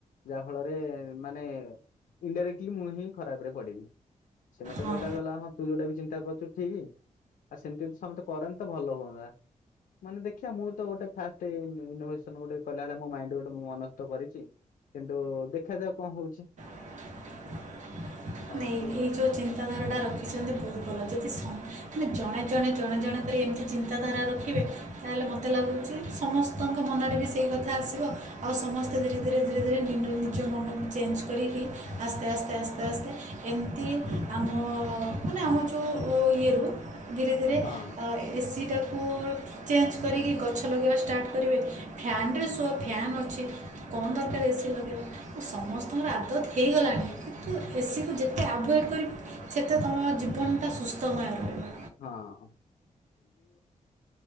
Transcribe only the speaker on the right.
ହଁ
<inaudible>
ନାଇଁ
ଏଇ ଯେଉଁ ଚିନ୍ତାଧାରାଟା ରଖିଛନ୍ତି ବହୁତ ଭଲ ଯଦି ଆମେ ଜଣେ ଜଣେ ଜଣେ ଜଣେ କରି ଏମିତି ଚିନ୍ତାଧାରା ରଖିବେ ତାହେଲେ ମୋତେ ଲାଗୁଛି ସମସ୍ତଙ୍କ ମନରେ ବି ସେଇ କଥା ଆସିବ ଆଉ ସମସ୍ତେ ଧୀରେ ଧୀରେ ଧୀରେ ଧୀରେ ନିଜ ମନକୁ ଚେଞ୍ଜ କରିକି ଆସ୍ତେ ଆସ୍ତେ ଆସ୍ତେ ଆସ୍ତେ ଏମିତି ଆମ ମାନେ ଆମ ଯେଉଁ ଇଏରୁ ଧୀରେ ଧୀରେ
ଏସିଟାକୁ ଚେଞ୍ଜ କରିକି ଗଛ ଲଗେଇବା ଷ୍ଟାର୍ଟ କରିବେ ଫ୍ୟାନ ରେ ସୁୁଅ ଫ୍ୟାନ୍ ଅଛି କଣ ଦରକାର <unintelligible> ସମସ୍ତଙ୍କର ଆଦତ ହେଇଗଲାଣି କିନ୍ତୁ ଏସି ତୁ ଯେତେ ଆଭଏଡ଼୍ କରିବି ସେତେ ତୁମ ଜୀବନଟା ସୁସ୍ଥମୟ ରହିବ।